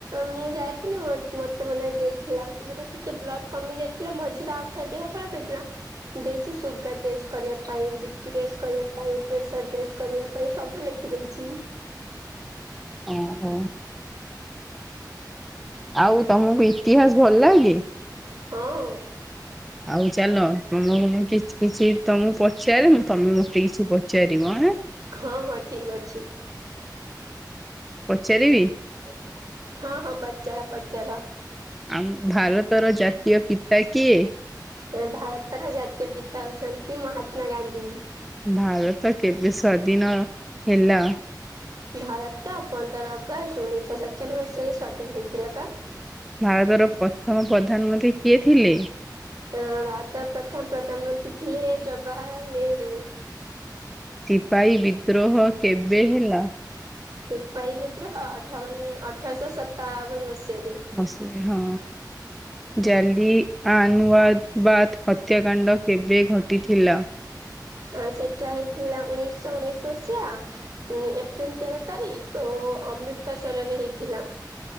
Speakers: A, on the right; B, in the centre.
A: ମୁଁ ଯାଇଥିଲି ମତେ ମାନେ ଦେଇଥିଲା ମତେ ଟିକେ ବ୍ଲଡ କମି ଯାଇଥିଲା ମଝିରେ ଆଉ ତା ଦେହ ଖରାପ ହେଇଥିଲା ଦେଇଛି ସୁଗାର ଟେଷ୍ଟ କରିବା ପାଇଁ ବିପି ଟେଷ୍ଟ କରିବା ପାଇଁ ପ୍ରେସର ଟେଷ୍ଟ କରିବା ପାଇଁ ସବୁ ଲେଖି ଦେଇେଇଛି
B: ଓହୋ ଆଉ ତମକୁ ଇତିହାସ ଭଲ୍ ଲାଗେ?
A: ହଁ!
B: ଆଉ ଚାଲ ତମକୁ ମୁଁ କିଛି, କିଛି ତମକୁ ପଚାରେ ତମେ ମତେ କିଛି ପଚାରିବ ଆଁ
A: ହଁ! ହଁ! ଠିକ ଅଛି।
B: ପଚାରିବି?
A: <inaudible> ହଁ! ହଁ! ପଚାର ପଚାର।
B: ଆମ ଭାରତର ଜାତୀୟ ପିତା କିଏ?
A: ଏ ଭାରତର ଜାତୀୟ ପିତା ହେଉଛନ୍ତି ମହାତ୍ମା ଗାନ୍ଧୀ
B: ଭାରତ କେବେ ସ୍ୱାଦିନ ହେଲା?
A: ଭାରତ ପନ୍ଦର ଅଗଷ୍ଟ ଉଣେଇଶହ୍ ସତ୍୍ଚଚାଳିସ୍ ମସିହାରେ ସ୍ଵାଧୀନ ହେଇଥିଲା ବା।
B: ଭାରତର ପ୍ରଥମ ପ୍ରଧାନମନ୍ତ୍ରୀ କିଏ ଥିଲେ?
A: ହୁଁ ଭାର୍ତ ପ୍ରଥମ ପ୍ରଧାନମନ୍ତ୍ରୀ ଥିଲେ ଜବାହାର ନେହେରୁ
B: ସିପାହୀ ବିଦ୍ରୋହ କେବେ ହେଲା?
A: ସିପାହୀ ବିଦ୍ରୋହ୍ ଅଠାବନ ଅଠରଶହ ସତାବନ ମସିହାରେ।
B: ବସି <inaudible> ହଁ! ଜାଲି ଆ ଆନ୍ୱବାଦ୍ ହତ୍ୟାକାଣ୍ଡ କେବେ ଘଟିଥିଲା?
A: ଆଁ ସେଟା ହେଇଥିଲା ଉଣେଇଶ ଉଣେଇଶି ମସିହା ଉଁ ଏପ୍ରିଲ ତେର ତାରିଖ ଓ ଅମୃତସରରେ ହେଇଥିଲା।